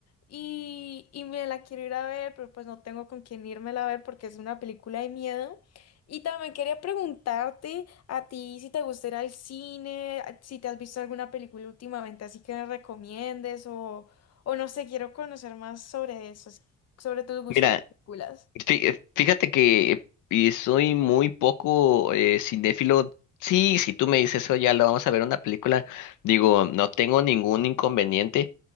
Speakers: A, on the left (about 55°); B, on the left (about 85°).
A: y, y me la quiero ir a ver, pero pues no tengo con quién irme a ver porque es una película de miedo. Y también quería preguntarte... A ti, si te gusta ir al cine, a- si te has visto alguna película últimamente, así que me recomiendes o, o no sé, quiero conocer más sobre eso, s- sobre tus gustos
B: Mira,
A: de películas.
B: fí- fíjate que y soy muy poco eh, cinéfilo. Sí, si tú me dices eso, ya lo vamos a ver una película. Digo, no tengo ningún inconveniente,